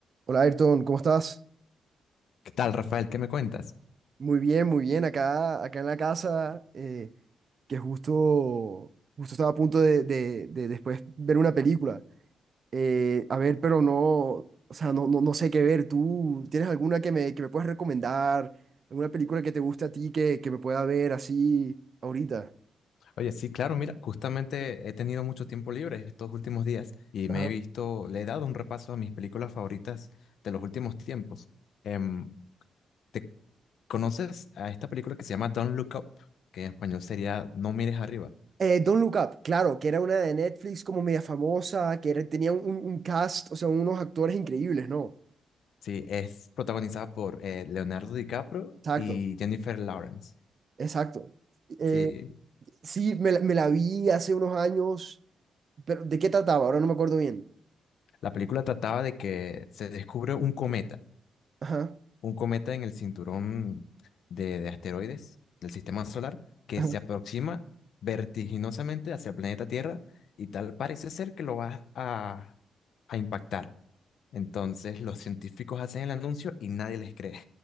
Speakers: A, on the right; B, on the left.
A: Hola Ayrton, ¿cómo estás?
B: ¿Qué tal, Rafael? ¿Qué me cuentas?
A: Muy bien, muy bien. Acá, acá en la casa, eh, que justo, justo estaba a punto de, de- de después ver una película. Eh, a ver, pero no, o sea, no, no, no sé qué ver. ¿Tú tienes alguna que me, que me puedas recomendar? ¿Alguna película que te guste a ti que, que me pueda ver así ahorita?
B: Oye, sí, claro, mira, justamente he tenido mucho tiempo libre estos últimos días y
A: Ajá.
B: me he visto, le he dado un repaso a mis películas favoritas de los últimos tiempos. Em, ¿te conoces a esta película que se llama Don't Look Up, que en español sería No mires arriba?
A: Eh, Don't Look Up, claro, que era una de Netflix como media famosa, que era- tenía un, un un cast, o sea, unos actores increíbles, ¿no?
B: Sí, es protagonizada por eh, Leonardo DiCaprio
A: Exacto,
B: y Jennifer Lawrence.
A: exacto. Eh,
B: Sí,
A: Sí, me, la me la vi hace unos años, pero ¿de qué trataba? Ahora no me acuerdo bien.
B: la película trataba de que se descubre un cometa
A: Ajá.
B: un cometa en el cinturón de, de asteroides del sistema solar que
A: ajá.
B: se aproxima vertiginosamente hacia el planeta Tierra y tal parece ser que lo va a, a impactar. Entonces los científicos hacen el anuncio y nadie les cree.